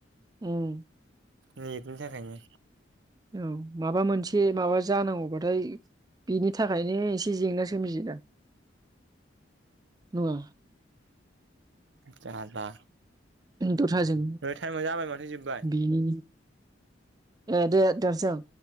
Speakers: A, on the right; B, on the right.
A: उम
B: नेटनि थाखायनो
A: औ माबा मोनसे माबा जानांगौबाथाय बेनि थाखायनो एसे जेंना सोमजियो दा नङा
B: जाला
A: दथाजों
B: नै टाइमा जाबाय माथो जोब्बाय
A: बिनि ए दे देरजों